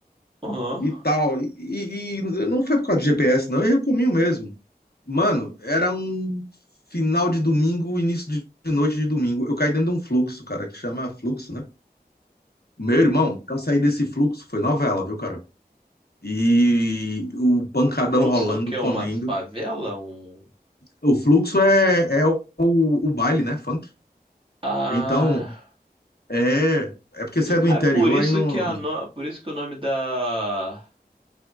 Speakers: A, on the right; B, on the left.
A: Aham.
B: E tal. E, e- e não foi por causa de GPS, não, eu errei o caminho mesmo. Mano, era um final de domingo, início de de noite de domingo. Eu caí dentro de um fluxo, cara, que chama fluxo, né? Meu irmão, pra sair desse fluxo foi novela, viu, cara? e o pancadão
A: Fluxo
B: rolando,
A: é o quê?
B: comendo.
A: Uma favela? Um...
B: O fluxo é, é o, o baile, né? Funk.
A: Ah,
B: Então, é, é porque você é do
A: é
B: interior,
A: por isso
B: aí não.
A: que a
B: não-
A: no... por isso que o nome da